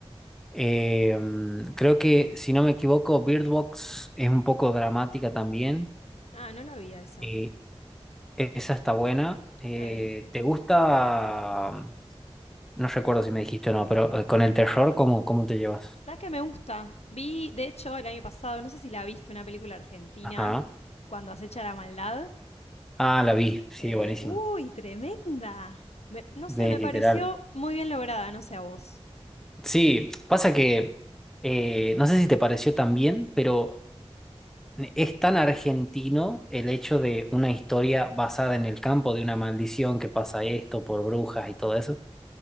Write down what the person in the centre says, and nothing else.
Eh, mm, creo que, si no me equivoco, Bird Box es un poco dramática también.
y esa está buena. Eh,
¿te gusta? mm, No recuerdo si me dijiste o no, pero eh, con el terror, ¿cómo, cómo te llevas?
Ajá.
Ah, la vi. Sí,
buenísimo.
De,
literal.
Sí, pasa que eh, no sé si te pareció también, pero Es tan argentino el hecho de una historia basada en el campo de una maldición que pasa esto por brujas y todo eso.